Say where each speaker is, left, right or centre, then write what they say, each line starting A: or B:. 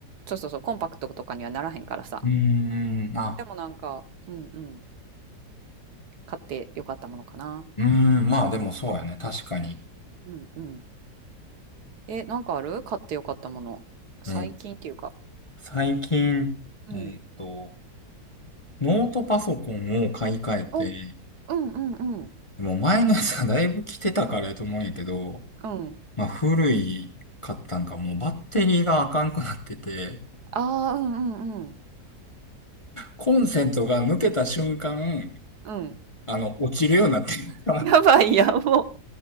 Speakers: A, on the right; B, on the left.
A: そうそうそうコンパクトとかにはならへんからさ
B: うーん、あ、
A: でもなんかうんうん買ってよかったものかな
B: うーん、まあでもそうやね、確かに。
A: うんうんえなんかある買ってよかったもの最近っていうか
B: えー最近、
A: うん
B: えーっと、ノートパソコンを買い替えて、
A: おうんうんうん
B: でも前のやつがだいぶ来てたからやと思うんやけど、
A: うん
B: まあ古い買ったんか、もうバッテリーがあかんくなってて、
A: ああーうんうんうん
B: コンセントが抜けた瞬間、
A: うん
B: あの、落ちるようになってるから、
A: <laughs> やばいやんも